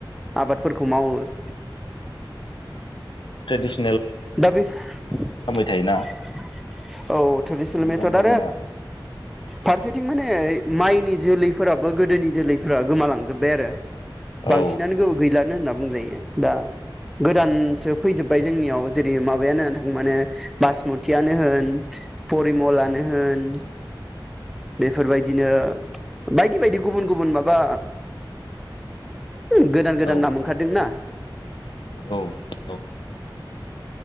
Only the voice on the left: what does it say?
ट्रेडिस
थायोना
दा
जोंहा
औ
औ
औ औ